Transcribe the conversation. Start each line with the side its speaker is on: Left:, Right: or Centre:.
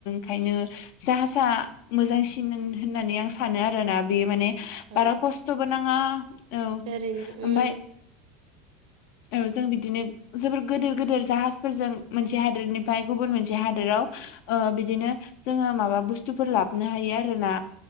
Left: खायनो जाहासा मोजांसिन होननानै आं सानो आरोना बे माने
Right: औ
Left: बारा खस्थ'बो नाङा औ
Right: ओरैनो उम
Left: ओमफाय औ जों बिदिनो जोबोर गोदोर गोदोर जाहाजफोरजों मोनसे हादोरनिफ्राय गुबुन मोनसे हादोराव ओ बिदिनो जोङो माबा बुस्थुफोर लाबनो हायो आरोना?